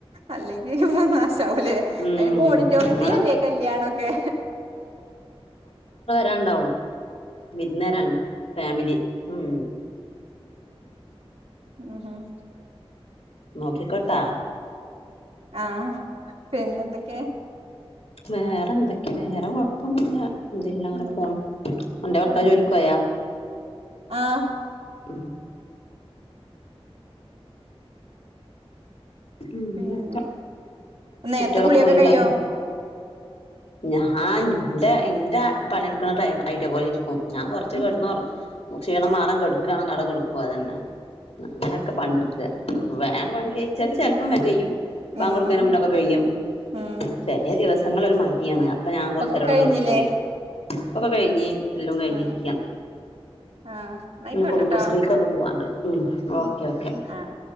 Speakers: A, on the right; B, on the left.
A: അല്ലെങ്കി പ്പ ന സവുല്ലെ
B: ഉം
A: അയിന് പ്പം ഓടിട്ടോറിയത്തിലെല്ലേ
B: നമ്മളെ
A: കല്ലിയാണക്കെ.
B: കണ്ടാവും വിരുന്നരാണ് ഫാമിലി ഉം.
A: ഉ ഹും
B: മോഖി കത്ത
A: ആ ഹ് പിന്നെന്തൊക്കെ?
B: വേറൊന്തക്കെണ് വേറെ കൊയപ്പം ന്നൂല്ല്യ. ന്തുല്ലാ ഇങ്ങനെ
A: ഉം
B: പോണ് അന്റെ ഭർത്താവ്
A: ഉം
B: ജോലിക് പോയ?
A: ആഹ്
B: ഉം ഹും ഇങ്ങക്കെ
A: പിന്നെ നേരത്തെ
B: കുട്ട്യോളക്കെ
A: കുളിയൊക്കെ
B: പോയിണ്ടാവുല്ലേ
A: കഴിയോ
B: ഞാൻ ന്റെ ന്റെ പണിടക്കണ ടൈ ആയിറ്റേ പോലിരിക്കും ഞാൻ കൊർച്ച്
A: ഉം
B: കേട്ന്നൊറു ഷീണം മാറാ കേട്ക്കാണെ അവിടെ കേട പോതെന്നെ അങ്ങനെക്കെ പണിടക്ക വേണ്ട പണികഴിച്ചാൽ ചെലപ്പം വേം കഴിയും.
A: ഉം
B: ബാങ്കൊടക്കിനമുന്നേ
A: ഉം
B: ക്കെ കഴിയും.
A: ഉം
B: ചെലെദിവസങ്ങളില് ഒരു മടിയാണ്. അപ്പം ഞാൻ കോർചേരം
A: ഒക്കെ
B: അവിടെ
A: കഴിഞ്ഞില്ലേ
B: കിടക്കും ഇപ്പക്കെ കഴിഞ്ഞ് എല്ലും കയിഞ്ഞ്
A: ഉം
B: രിക്കാണ്
A: ആഹ് ന്നാ ആയിക്കോട്ടെട്ടോ
B: നി കുടുംബ ശ്രീകൊന്ന് പോവണ്ട്. ഉം ഒക്കെ ഒക്കെ.
A: ആഹ് ആഹ്